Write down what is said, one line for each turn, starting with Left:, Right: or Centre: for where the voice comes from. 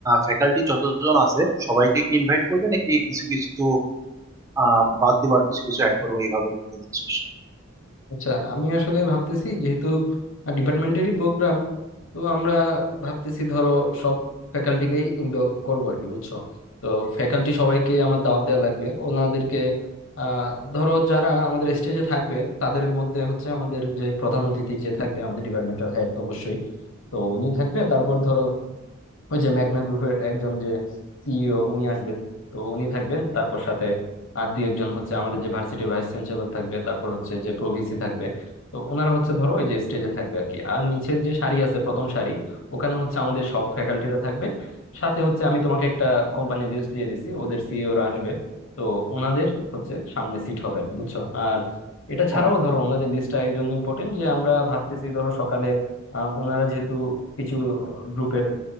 Right: ফ্যাকাল্টি যতজন আছে সবাইকে কি ইনভাইট করবে নাকি কিছু কিছু আহ বাদ দিবার কিছু কিছু অ্যাড করবো এইভাবে করতে দিচ্ছিস
Left: আচ্ছা আমি আসলে ভাবতেছি যেহেতু ডিপার্টমেন্টেরই প্রোগ্রাম তো আমরা ভাবতেছি ধরো সব ফ্যাকাল্টিকেই ইনভলভ করবো আর কি বুঝছো তো ফ্যাকাল্টি সবাইকে আমার দাওয়াত দেওয়া লাগবে ওনাদেরকে আহ ধরো যারা আমাদের স্টেজে থাকবে তাদের মধ্যে হচ্ছে আমাদের যে প্রধান অতিথি যে থাকবে আমাদের ডিপার্টমেন্টাল হেড অবশ্যই তো উনি থাকবে তারপর ধরো ওই যে মেঘনা গ্রুপের একজন যে সিইও উনি আসবেন তো উনি থাকবেন তারপর সাথে আর দুই একজন হচ্ছে আমাদের যে ভার্সিটির ভাইস চ্যান্সেলর থাকবে তারপর হচ্ছে যে প্রভিসি থাকবে তো ওনারা হচ্ছে ধরো ওই যে স্টেজে থাকবে আর কি আর নিচের যে সারি আছে প্রথম সারি ওখানে হচ্ছে আমাদের সব ফ্যাকাল্টিরা থাকবে সাথে হচ্ছে আমি তোমাকে একটা কোম্পানি লিস্ট দিয়ে দিছি ওদের সিইওরা আসবে তো ওনাদের হচ্ছে সামনে সিট হবে আর কি বুঝছো আর এটা
Right: ও
Left: ছাড়াও ধরো ওনাদের লিস্টটা এই জন্য ইম্পর্টেন্ট যে আমরা ভাবতেছি ধরো সকালে আহ, ওনারা যেহেতু কিছু গ্রুপের